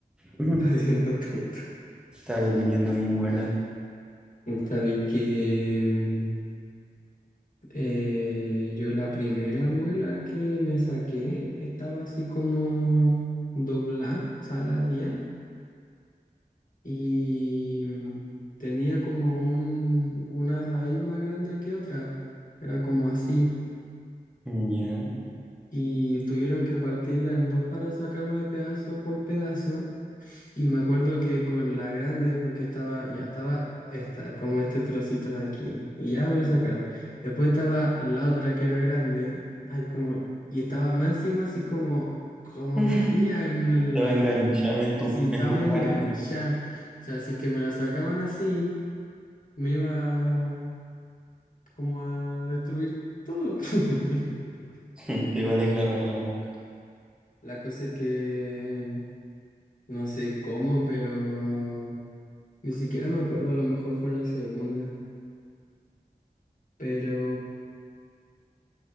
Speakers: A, in the centre; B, on the left.
A: Ujú.
B: Haciendo tonto.
A: Está durmiendo mi muela.
B: Sabí que... mm, Eh, yo la primera muela que me saqué estaba así como doblada, saladía, y tenía como un, una raíz más grande que otra, era como así,
A: Ya.
B: y tuvieron que partirla en dos para sacarme pedazo por pedazo. Y me acuerdo que con la grande, porque estaba, ya estaba esta, como este trocito de aquí, y ya me lo sacaron. Después estaba la otra que era grande, ay, como, y estaba más encima así como, como
A: <laughs>
B: metía en
A: Estaba
B: la,
A: enganchada en tu,
B: si estaba
A: en tu carne.
B: enganchada. O sea, si es que me la sacaban así, me iba como a destruir todo. <laughs>
A: <laughs> Te iba a desgarrar la boca.
B: La cosa es que no sé cómo, pero ni siquiera me acuerdo, a lo mejor fue la segunda. pero